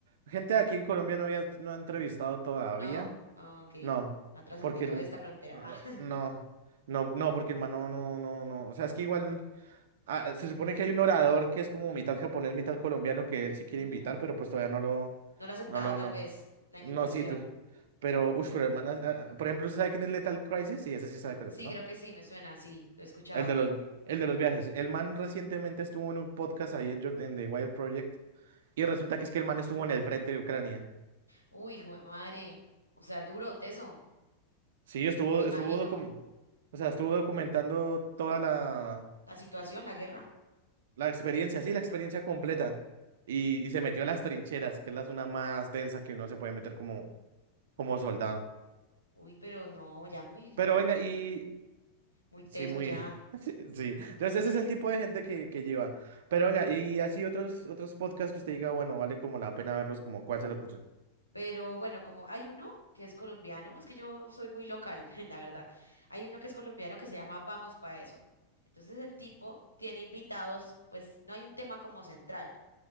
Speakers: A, on the right; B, on the left.
A: Gente de aquí en Colombia no había, no ha entrevistado todavía.
B: ¿No? Ah, Ok,
A: No,
B: no ha trascendido
A: porque el...
B: esta frontera.
A: ah,
B: <laughs>
A: No, no, no, porque el man no, no, no, no. O sea, es que igual... ah, se supone que hay un orador que es como mitad japonés, mitad colombiano que él sí quiere
B: Ujú.
A: invitar, pero pues todavía no lo...
B: No lo ha aceptado,
A: No lo,
B: tal
A: no.
B: vez, la invitación.
A: No, sí, tú. Pero, uff, pero el man... ah, ah, por ejemplo, ¿usted sabe quién es Lethal Crisis? Sí, ese sí sabe cuál
B: Sí,
A: es, ¿no?
B: creo que sí, me suena, sí, lo he escuchado.
A: El de los, el de los viajes. El man recientemente estuvo en un podcast ahí en, Jor- en The Wild Project y resulta que es que el man estuvo en el frente de Ucrania.
B: Uy, hijo de madre. O sea, duro, teso,
A: Sí, estuvo,
B: me imagino.
A: estuvo, docu- o sea, estuvo documentando toda la,
B: La situación, la guerra.
A: la experiencia, sí, la experiencia completa. Y, y se metió a las trincheras, que es la zona más densa que uno se puede meter como, como soldado.
B: Uy, pero no, ya muy,
A: Pero venga, y
B: muy teso
A: sí, muy...
B: ya.
A: <laughs> Sí, sí. Entonces ese es el tipo de gente que, que lleva. Pero venga, y así otros, otros podcasts que usted diga, bueno, vale como la pena verlos, como cuál se le ocurre.
B: Pero bueno, como hay uno que es colombiano, es que yo soy muy local, <laughs> la verdad. Hay uno que es colombiano que se llama Vamos Pa' Eso. Entonces el tipo tiene invitados, pues no hay un tema como central.